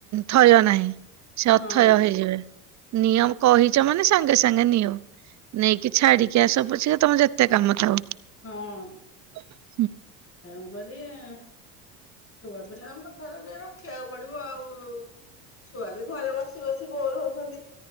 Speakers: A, on the right (about 35°); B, on the left (about 30°).
A: ଥୟ ନାହିଁ ସେ
B: ହଁ
A: ଅଥୟ ହେଇଯିବେ ନିଅମ କହିଛ ମାନେ ସାଙ୍ଗେ ସାଙ୍ଗେ ନିଅ ନେଇକି ଛାଡିକି ଆସ ପଛେ ତମେ ଯେତେ କାମ ଥାଉ
B: ହଁ
A: <inaudible>
B: ତାଣୁପଦିଆ। ଛୁଆ ପିଲା ଆମ କଥା ଗୁରା। ରଖିବାକୁ ପଡିବ ଆଉ। ଛୁଆ ବି ଘରେ ବସ ବ ବସି ବୋର ହସନ୍ତି।